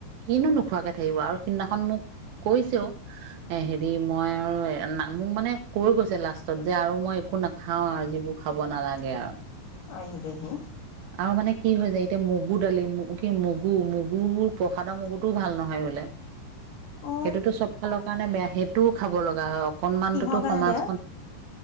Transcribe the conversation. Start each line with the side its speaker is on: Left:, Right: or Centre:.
Right: কিনো নোখোৱাকে থাকিব আৰু সিদিনাখন মোক কৈছেও, এ হেৰি মই আৰু মোক মানে কৈ গৈছে লাষ্ট টত যে আৰু মই একো নাখাও আৰু যিবোৰ খাব নালাগে আৰু
Left: আহিলেহি।
Right: আৰু মানে কি হৈ যায় এতিয়া মগু দালি, মগু কি মগু মগুৰ প্ৰসাদৰ মগুটোও ভাল নহয় বোলে,
Left: অ
Right: সেইটোতো চব ফালৰ কাৰণে বেয়া সেইটোও খাব লগা হয় অকনমানটোতো
Left: কিহৰ কাৰণে
Right: সমাজখন
Left: বেয়া